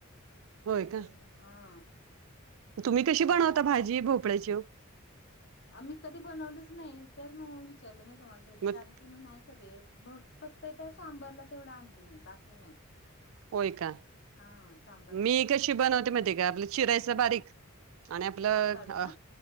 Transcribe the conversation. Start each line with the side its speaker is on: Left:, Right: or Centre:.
Left: हम्म
Right: होय का.
Left: हा.
Right: तुम्ही कशी
Left: घरातला
Right: बनवता भाजी भोपळ्याची?
Left: मी कधी बनवलच नाही त्याच विचारलं मी तुम्हाला दोधे
Right: मग
Left: कारण. की मी नाही कधी फक्त त्या सांबरला तेवढं आणते मी बाकी नाही.
Right: होय का
Left: हा सम
Right: मी कशी बनवते मते का आपलं चिरायच
Left: हा
Right: बारीक आणि आपलं
Left: साल काढून
Right: अ
Left: ना